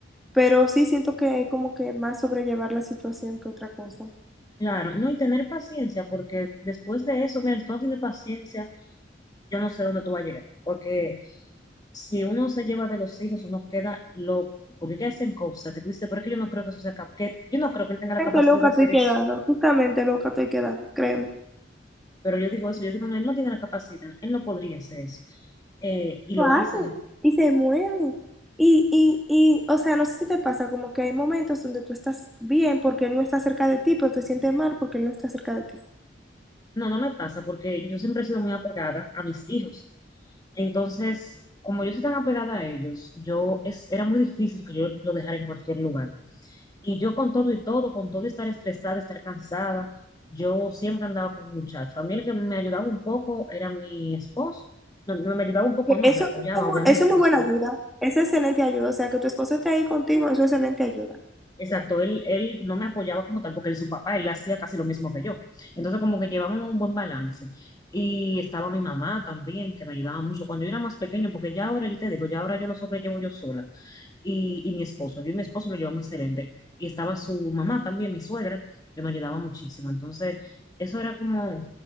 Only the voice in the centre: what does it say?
Pero sí siento que es como que más sobrellevar la situación que otra cosa.
Justamente
loca
estoy quedando,
justamente loca estoy quedando, créeme.
lo hacen
y se mueven. Y, y, y, o sea, no sé si te pasa, como que hay momentos donde tú estás bien porque él no está cerca de ti, pero te sientes mal porque él no está cerca de ti.
Y
Eso,
es mu-
eso es
muy buena
ayuda, es excelente ayuda, o sea, que tu esposo esté ahí contigo, eso es excelente ayuda.